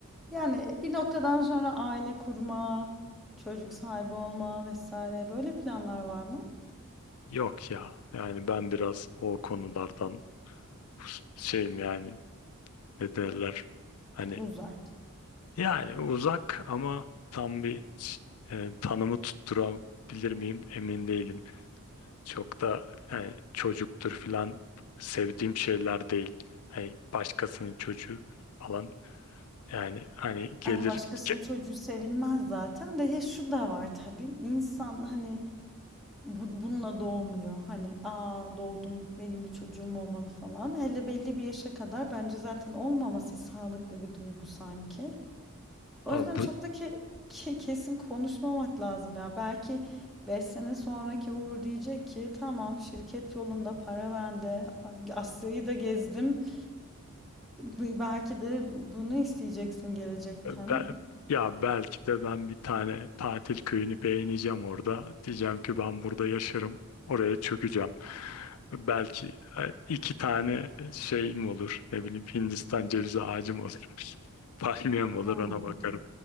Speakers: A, in the centre; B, on the left (about 75°).
A: Yani bir noktadan sonra aile kurma, çocuk sahibi olma vesaire böyle planlar var mı?
B: yok ya. Yani ben biraz o konulardan hus- şeyim yani ne derler? Hani
A: Uzak.
B: Yani uzak ama tam bir e, tanımı tutturabilir miyim emin değilim. Çok da yani çocuktur filan sevdiğim şeyler değil. Hani başkasının çocuğu falan. Yani hani gelir.
A: Ama başkasının
B: <laughs>
A: çocuğu sevilmez zaten de ya şu da var tabii. İnsan hani bu- bununla doğmuyor. Hani aa doğdum benim bir çocuğum olmalı falan. Hele belli bir yaşa kadar bence zaten olmaması sağlıklı bir duygu sanki.
B: Ha,
A: O yüzden
B: bu,
A: çok da ke- ke- kesin konuşmamak lazım ya. Belki 5 sene sonraki Uğur diyecek ki tamam şirket yolunda para bende Asya'yı da gezdim. E, Belki de bunu isteyeceksin gelecekten.
B: Ben, ya belki de ben bir tane tatil köyünü beğeneceğim orada. Diyeceğim ki ben burada yaşarım. Oraya çökeceğim. Belki e, iki tane şeyim olur. Ne bileyim Hindistan cevizi ağacım olur. <laughs> Palmiyem olur
A: Hmm.
B: ona bakarım.